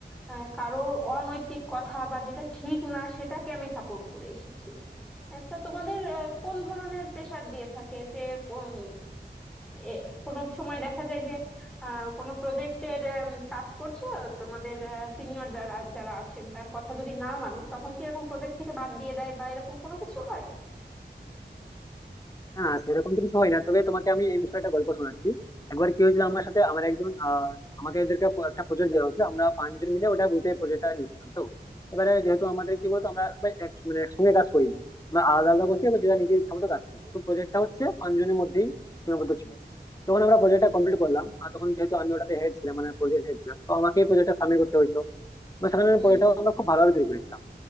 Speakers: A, in the centre; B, on the left (about 20°).
A: আহ, কারো অনৈতিক কথা বা যেটা ঠিক না সেটাকে আমি সাপোর্ট করে এসেছি হ্যাঁ, তা তোমাদের আহ, কোন ধরনের প্রেসার দিয়ে থাকে যে কোন এ, কোনো সময় দেখা যায় যে আহ, কোনো প্রজেক্টের কাজ করছো তোমাদের সিনিয়র যারা যারা আছেন তার কথা যদি না মানো তখন কি এরকম প্রজেক্ট থেকে বাদ দিয়ে দেয় বা এরকম কোনো কিছু হয়
B: না সেরকম তো কিছু হয় না তবে তোমাকে আমি এই বিষয়ে একটা গল্প শোনাচ্ছি একবার কি হয়েছিল আমার সাথে আমার একজন আহ, আমাকে এদেরকে প- একটা প্রজেক্ট দেওয়া হয়েছিল আমরা পাঁচজন মিলে ওটা গ্রুপে প্রজেক্টটা নিয়েছিলাম তো এবারে যেহেতু আমাদের কি বলতো আমরা সবাই এক মানে একসঙ্গে কাজ করি না। আমরা আলাদা
A: হুম।
B: আলাদা বসে এবার যেটা নিজের ইচ্ছা মতো কাজ করি কিন্তু প্রজেক্টটা হচ্ছে পাঁচজনের মধ্যেই সীমাবদ্ধ ছিল যখন আমরা প্রজেক্টটা কমপ্লিট করলাম আর তখন যেহেতু আমি ওটাতে হেড ছিলাম মানে প্রজেক্ট হেড ছিলাম তো আমাকে এই প্রজেক্টটা সাবমিট করতে হয়েছিল বা সেখানে
A: হুম
B: প্রজেক্টটা আমরা খুব ভালোভাবে তৈরি করেছিলাম